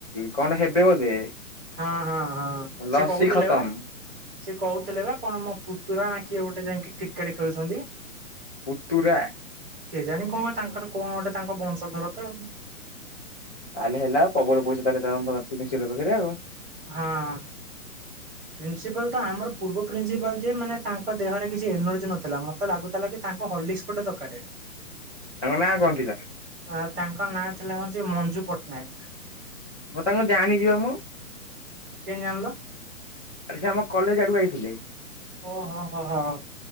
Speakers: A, in the centre; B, on the right.
A: କଣ ହେବେ ବୋଧେ
B: ହଁ ହଁ ହଁ
A: ଲସି
B: ସେ କହୁଥିଲେ
A: ଖତମ।
B: ବା। ସିଏ କହୁଥିଲେ ବା କଣ ମୋ ପୁତୁରା ନା କିଏ ଗୋଟେ ଯାଇକି କ୍ରିକେଟ ଖେଳୁଛନ୍ତି।
A: ପୁତୁରା।
B: କେଜାଣି କଣ ତାଙ୍କର କଣ ଗୋଟେ ତାଙ୍କ ବଂଶଧର ତ ଆଉ।
A: ତାହେଲେ ହେଲା ପ୍ରବଳ ପଇସା ତାହେଲେ <unintelligible> ପାଖରେ ଆଉ।
B: ହଁ।
A: ହଁ
B: ପ୍ରିନ୍ସିପାଲ ତ ଆମର ପୂର୍ବ ପ୍ରିନ୍ସିପାଲ ଯେ ମାନେ ତାଙ୍କ ଦେହରେ କିଛି ଏନର୍ଜି ନଥିଲା ମୋତେ ଲାଗୁଥିଲା କି ତାଙ୍କୁ ହୋର୍ଲିକ୍ସ ଗୋଟେ ଦରକାରେ।
A: ତାଙ୍କ ନାଁ କଣ ଥିଲା?
B: ଅ ତାଙ୍କ ନାଁ ଥିଲା ହଉଛି ମଞ୍ଜୁ ପଟ୍ଟନାୟକ।
A: ମୁଁ ତାଙ୍କୁ ଜାଣିଛି ବା ମୁଁ।
B: କେମିତି ଜାଣିଲ?
A: ସିଏ ଆମ କଲେଜ ଆଡ଼କୁ ଆଇଥିଲେ।
B: ଓହୋ ହୋ ହୋ